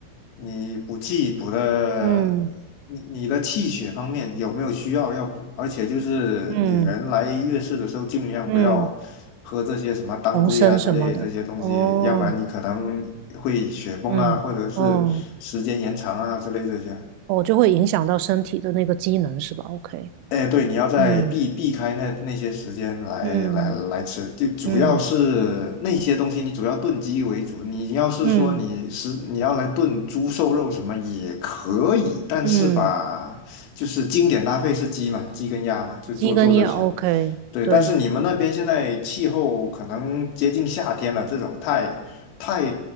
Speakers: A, on the left; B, on the right.
A: 你补气补的，
B: 嗯
A: 你你的气血方面有没有需要要补，而且就是女人来月事的时候，
B: 嗯
A: 尽量不要喝这些什么当归啊之类的这些东西，
B: 嗯，红参什么的。哦。
A: 要不然你可能会血崩啊，
B: 嗯，
A: 或者是时间延长啊之类这些。
B: 哦，哦，就会影响到身体的那个机能是吧？OK，
A: 哎，对，你要在避避开那那些时间来来来吃，
B: 嗯嗯
A: 就主要是那些东西，
B: 嗯
A: 你主要炖鸡为主。你要是说你是你要来炖猪瘦肉什么也可以，
B: 嗯
A: 但是吧，
B: 嗯，
A: 就是经典搭配是鸡嘛，鸡跟鸭嘛，就做做这些嘛。
B: 鸡跟鸭 OK，
A: 对，
B: 对，
A: 但是你们那边现在气候可能接近夏天了，这种太太